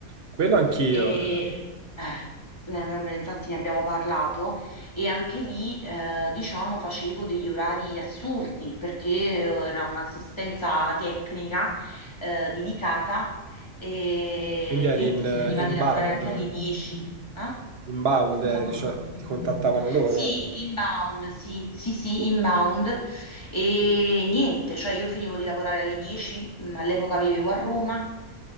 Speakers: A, on the right (about 45°); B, on the left (about 20°).
A: Quello anch'io.
B: e eh, ne- ne- infatti ne abbiamo parlato e anche lì, eh, diciamo, facevo degli orari assurdi perché eh, era un'assistenza tecnica eh, dedicata e
A: Quindi eri
B: niente,
A: in eh,
B: si finiva
A: inbound,
B: di lavorare anche alle 10. Eh?
A: inbound
B: Scusami.
A: eri, cioè ti contattavano loro
B: Sì, inbound, sì, sì, sì, inbound. E niente, cioè io finivo di lavorare alle 10, mh, all'epoca vivevo a Roma